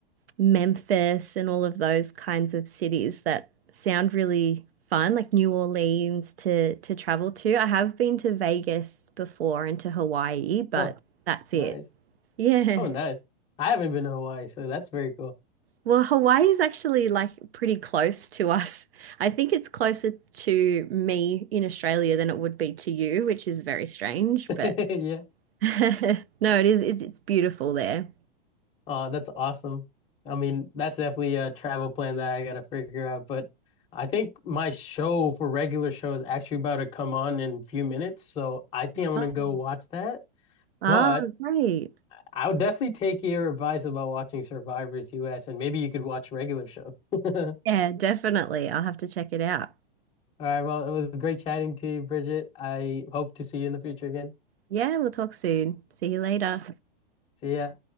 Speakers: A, on the right; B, on the left.
A: Memphis and all of those kinds of cities that sound really fun, like New Orleans to to travel to. I have been to Vegas before and to Hawaii, but
B: Oh,
A: that's
B: nice.
A: it. Yeah.
B: Oh, nice. I haven't been to Hawaii, so that's very cool.
A: Well, Hawaii is actually like pretty close to us. I think it's closer to me in Australia than it would be to you, which is very strange,
B: <laughs>
A: but
B: Yeah.
A: <laughs> no, it is it's, it's beautiful there.
B: Uh, that's awesome. I mean, that's definitely a travel plan that I gotta figure out. But I think my show for regular show is actually about to come on in a few minutes, so I think I'm gonna
A: Oh,
B: go watch that.
A: Oh,
B: But
A: great.
B: I would definitely take your advice about watching Survivors US, and maybe you could watch regular show. <laughs> All
A: Yeah, definitely. I'll have to check it out.
B: right, well, it was great chatting to you, Bridget. I hope to see you in the future again.
A: Yeah, we'll talk soon. See you later.
B: See ya.